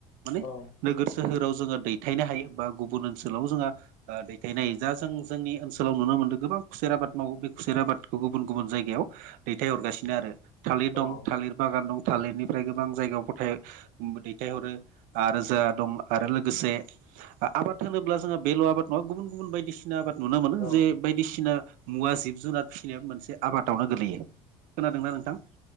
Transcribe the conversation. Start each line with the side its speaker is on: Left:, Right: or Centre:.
Right: माने
Left: औ
Right: नोगोर सोहोराव जोङो दैथायनो हायो बा गुबुन ओनसोलाव जोंहा फिथायनाय जा जों जोंनि ओनसोलाव नुनो मोन्दों गोबां खुसेर आबाद मावो बे खुसेर आबाद बेखौ गुबुन गुबुन जायगायाव दैथाय हरगासिनो आरो थालिर
Left: औ
Right: दं थालिर बागान दं थालेडनिफ्राय गोबां जायगायाव फोथाय दैथायहरो जा दं आरो लोगोसे आबाद होनोब्ला जोंहा बेल' आबाद नङा गुबुन गुबुन बायदिसिना आबाद नुनो मोनो
Left: औ
Right: जे
Left: हायो
Right: बायदिसिना मुवा जिब जुनार फिसिनाय मोनसे आबादावनो गोगलैयो खोनादोंना नोंथां